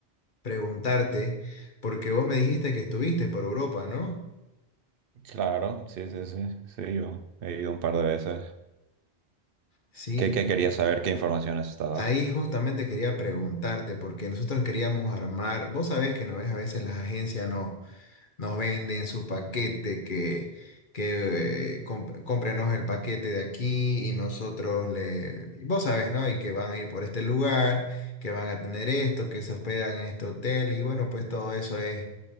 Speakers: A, on the left (about 50°); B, on the right (about 60°).
A: preguntarte, porque vos me dijiste que estuviste por Europa, ¿no?
B: Claro, sí, sí, sí, sí, yo he ido un par de veces.
A: Sí,
B: ¿Qué, qué querías saber? ¿Qué información estaba?
A: Ahí justamente quería preguntarte, porque nosotros queríamos armar, vos sabés que no ves, a veces las agencias nos, nos venden su paquete, que, que eh, comp- cómprenos el paquete de aquí y nosotros le, vos sabés, ¿no? Y que van a ir por este lugar, que van a tener esto, que se hospedan en este hotel y bueno, pues todo eso es